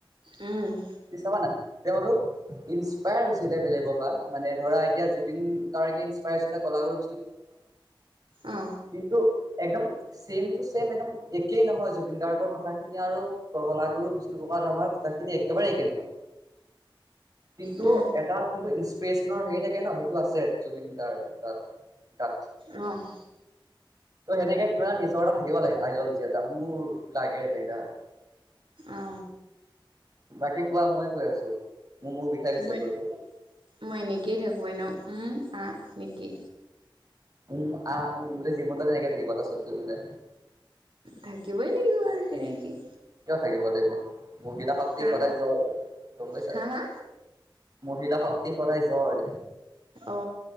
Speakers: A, on the right; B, on the right.
A: উম,
B: পাব না তেওঁলোক ইনস্পায়াৰ হৈছিলে বেলেগৰ পৰা মানে ধৰা এতিয়া জুবিন গাৰ্গে- ছিল কলাগুৰু
A: অ
B: কিন্তু একদম ছেম টু চছেম একদম একেই নহয় জুবিন গাৰ্গৰ কথাখিনি আৰু গলাাগুৰু বিষ্ণুপ্ৰসাদ ৰাভাৰ কথা একেবাৰে একে নহয়। কিন্তু
A: উম
B: এটা যোনটো ইনসপিৰেশচনৰ হেৰি থাকে ন সেইটো আছে জুবিনদাৰ তাত। তাত।
A: অ',
B: ত' সেনেকে কিবা নিজৰ এটা থাকিব লাগে আইডলজি এটা, মোৰ লাগে বাকী
A: অ
B: কোৱা মইয়ে কৈ আছো, মোৰ, মোৰ বিষাই গৈছে
A: মই
B: কৈ কৈ।
A: মই এনেকেই থাকো এ ন, উম আ নেকি।
B: উম আ উম, গোটেই জীৱন ডাল এনেকে থাকিব, তাছত গৈ কিনে।
A: থাকিবই লাগিব আৰু তেনেকৈ।
B: কিয় থাকিব লাগিব, মহিলা শক্তি
A: কাৰণ
B: সদায় জয়, গম পাইছা।
A: হা হা
B: মহিলা শক্তি সদায় জয়।
A: অ